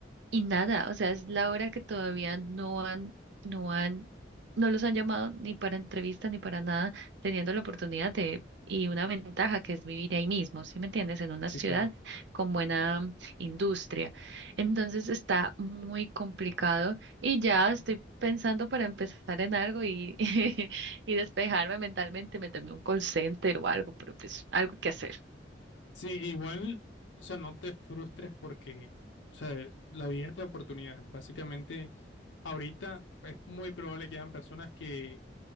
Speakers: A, on the right; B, on the left.
A: y nada, o sea, es la hora que todavía no han, no han, no los han llamado ni para entrevista ni para nada, teniendo la oportunidad de, y una ventaja que es vivir ahí mismo, ¿sí me entiendes? En una
B: sí,
A: ciudad
B: claro.
A: con buena mm, industria. Entonces está muy complicado y ya estoy pensando para empezar en algo y, <laughs> y despejarme mentalmente, meterme en un call center o algo, pero pues algo que hacer.
B: Sí, igual, o sea, no te frustres porque, o sea, la vida es de oportunidades. Básicamente, ahorita es muy probable que hayan personas que,